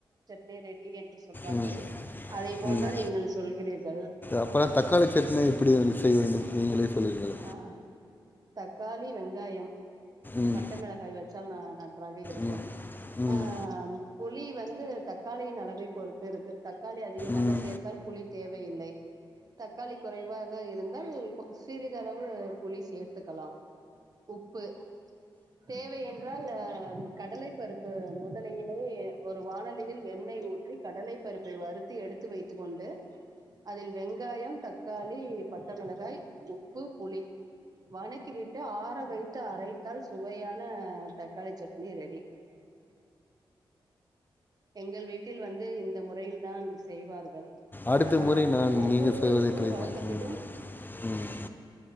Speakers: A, on the right; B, on the left.
A: நே ரெடி என் சொல்வார்கள்
B: ம்
A: அதை போல
B: ம்
A: தான் நீங்கள் சொல்கிறீர்கள்
B: அப்புறம் தக்காளி சட்னி எப்படி செய்ய வேண்டும் நீங்களே சொல்லுங்கள்
A: அ தக்காளி வெங்காயம்
B: ம்
A: பட்டைமெளகாய் வச் த நா நன் நன்றாக இருக்கும்
B: ம் ம்
A: ஆ புளி வந்து தக்காளியின் அளவை பொறுத்து இருக்கு தக்காளி அதிகமாக
B: ம்
A: சேர்த்தால் புளி தேவையில்லை தக்காளி குறைவாக இருந்தால் கொ சிறிதளவு புளி சேர்த்துக்கலாம் உப்பு தேவை என்றால் அ கடலை பருப்பு மு டலையிலே ஒரு வானல் லியில் எண்ணெய் ஊற்றி கடலை பருப்பை வருத்து எடுத்து வைத் த்து கொண்டு அதில் வெங்காயம் தக்காளி பட்டமிளகாய் உப்பு புளி வனக்கி விட்டு ஆற வைத்து அரைத்து தால் சுவையான தக்காளி சட்னி ரெடி எங்கள் வீட்டில் வந்து இந்த முறையில் தான் செய்வார்கள்
B: அடுத்த
A: அ
B: முறை நான்
A: ஒவ்வொரு
B: நீங்கள் சொல்வதை
A: ஊர்
B: ட்ரை
A: வழக்கத்திலும்
B: பண்ணுறேன் ம், ம்.